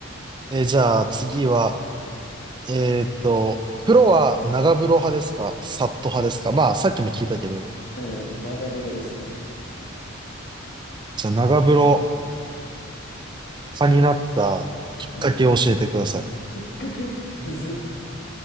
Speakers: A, on the right (about 20°); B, on the left (about 50°).
A: えーじゃあ次は、えーっと、風呂は長風呂派ですかサット派ですかまあ、さっきも聞いたけど、
B: うん、長風呂ですね。
A: じゃあ長風呂
B: うん。
A: 派になったきっかけを教えてください。
B: うん。きっかけ、<laughs> 水。